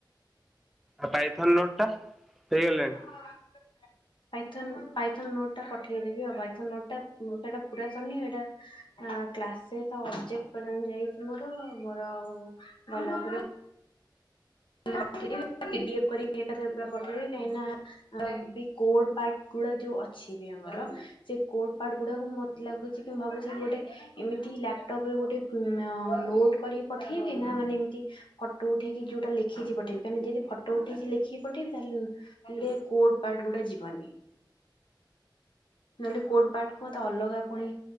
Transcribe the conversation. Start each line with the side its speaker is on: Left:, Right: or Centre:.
Centre: ଆଉ ପାଇଥନ ନୋଟଟା ହେଇଗଲାଣି।
Left: ହଁ। ପାଇଥନ ପାଇଥନ ନୋଟ ଟା ପଠେଇଦବି ଆଉ ପାଇଥ ନୋଟ ଟା ସେଟା ପୁରା ସରିନି ହେଟା ଆଁ କ୍ଲାସ ସହିତ ଅବଜେକ୍ଟ ପର୍ଯ୍ୟନ୍ତ ଯାଇଛି ମୋର ମୋର ଆଉ ଭଲ ରାତିରେ ପି ଡି ଏଫେ କରିକି ଏକାଥରେ ପୁରା ପଠେଇବି କାହିଁକି ନା ଆଉ ପି କୋର୍ଡ ପାର୍ଟ ଗୁଡା ଯୋଉ ଅଛି ବି ଆମର ସେ କୋର୍ଡ ପାାର୍ଟ ଗୁଡାକୁ ମୋତେ ଲାଗୁଚି କି ମୁଁ ଭାବୁଚିଗୋଟେ ଏମିତି ଲାପଟପ୍ ରେ ଅଁ ଗୋଟେ ନୋଟ୍ କରିକି ପଠେଇବି ନା ମାନେ ଏମିତି ଫଟୋ ଉଠେଇକି ଯୋଉଟା ଲେଖ ଲେଖିକି ପଠେଇବି। ଏମିତି ଯଦି ଫଟୋ ଉଠେଇକି ଲେଖିକି ପଠେଇବି ତାହେଲେ ହେଲେ କୋର୍ଟ ପାର୍ଟ ଗୁଡା ଯିବନି। ନହେଲେ କୋର୍ଟ ପାର୍ଟ କୁ ମତେ ଅଲଗା ପୁଣି